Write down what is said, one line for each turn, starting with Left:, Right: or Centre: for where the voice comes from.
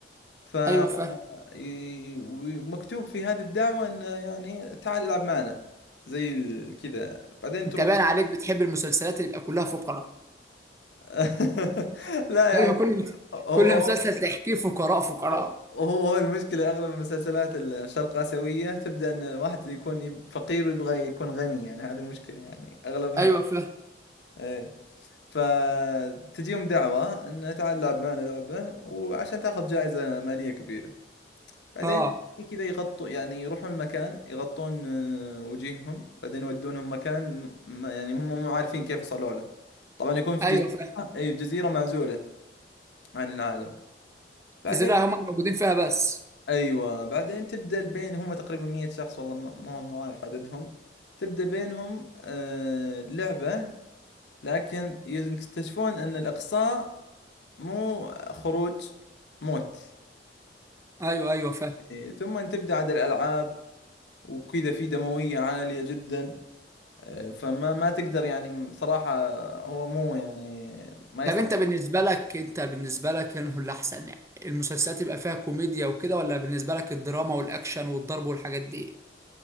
Left: ف
Right: ايوه فاهم
Left: ي- ومكتوب في هذه الدعوه انه يعني تعال العب معنا زي ال- كذا بعدين
Right: انت
Left: تروح
Right: باين عليك بتحب المسلسلات اللي يبقى كلها فقراء
Left: <laughs> لا يعني
Right: ايوه كل
Left: هو
Right: كل
Left: هو
Right: مسلسل تحكيه فقراء فقراء
Left: هو هو المشكلة أغلب المسلسلات الشرق آسيوية تبدأ أن الواحد يكون يب- فقير ويبغى يكون غني يعني هذه المشكلة يعني أغلبها
Right: ايوه فاهم
Left: كده فتجيهم دعوة انه تعال العب معنا لعبة وعشان تاخذ جائزة مالية كبيرة بعدين
Right: اه
Left: كذا يغطوا يعني يروحون المكان يغطون آه، وجيههم بعدين يودونهم مكان م- ما- يعني هم مو عارفين كيف وصلوا له طبعا يكون في
Right: ايوه
Left: جزيرة
Right: فاهم
Left: اي جزيرة معزولة عن العالم بعدين
Right: الجزيره هم اللي موجودين فيها بس
Left: ايوه بعدين تبدأ بين هم تقريبا 100 شخص والله ما- مو مو عارف عددهم تبدأ بينهم آه، لعبة لكن يكتشفون ان الاقصاء مو خروج موت
Right: ايوه ايوه فاهم
Left: يعني ثم تبدأ عاد الألعاب وكذا في دموية عالية جدا آه، فما ما تقدر يعني بصراحة هو مو يعني ما
Right: طب
Left: يصلح
Right: انت بالنسبه لك انت بالنسبه لك انه اللي احسن يعني المسلسلات يبقى فيها كوميديا وكده ولا بالنسبه لك الدراما والاكشن والضرب والحاجات دي